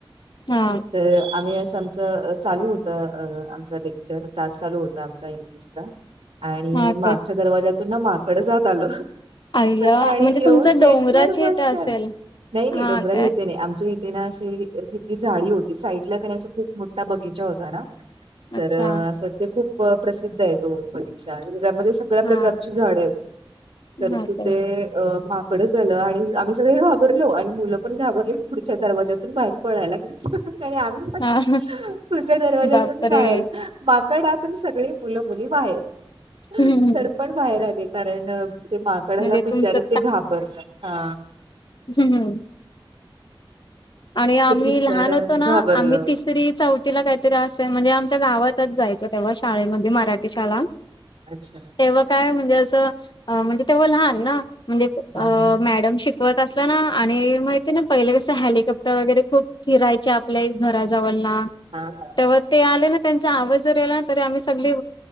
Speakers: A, on the left (about 55°); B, on the right (about 75°).
A: हा
B: तर आम्ही असं आमचं चालू होत आमचा लेक्चर तास चालू होता आमचा इ दिसत आणि
A: हा
B: मागच्या
A: काय
B: दरवाज्यातून ना माकडंच आत आल
A: अय्या
B: आणि
A: म्हणजे
B: येऊन
A: तुमचं
B: बेंचवर
A: डोंगराचे
B: बसलं
A: इथे असेल
B: नाही नाही
A: हा
B: डोंगराच
A: काय
B: यथे नाही आमच्या ना अशी हिरवी झाडी होती साईड ला का अस खूप मोठा बगीचा होता ना.
A: अच्छा
B: तर असं ते खूप प्रसिद्ध आहे तो बगीचा्यामध्ये सगळ्या प्रकारची
A: हा
B: झाड आहेत तर
A: हा
B: तिथे
A: काय
B: माकडच आलं आणि आम्ही सगळे घाबरलो आणि मुलं पण घाबरली. दरवाजाततून बाहेर पोयला लागल्. पण
A: हा
B: पुढच्या दरवाज्यातून
A: बापरे
B: बाहेर माकड आतून सगळी मुलं मुली बाहेर.
A: हं, हं.
B: सर पण बाहेर आले कारण ते माकडला
A: म्हणजे
B: बिचारे
A: तुमचं
B: ते घाबरतात ना
A: हम्म हम्म आणि आम्ही
B: ते बिचार
A: लहान होतो ना
B: घाबरलं
A: आम्ही तीस तरी चौथीला काहीतरी असेल म्हणजे आमच्या गावातच जायचं तेव्हा शाळेमध्ये मराठी शाळा
B: अच्छा
A: तेव्हा काय म्हणजे अस म्हणजे तेव्हा लहान ना म्हणजे
B: हा हा
A: मॅडम शिकते ते होत असला ना आणि माहिती ना पहिले कस हॅली खूप फिरायचे आपल्या घराजवळना.
B: हा हा.
A: ते ते आले ना त्यांचा आवज जरी आला ना तरी आम्ही सगळी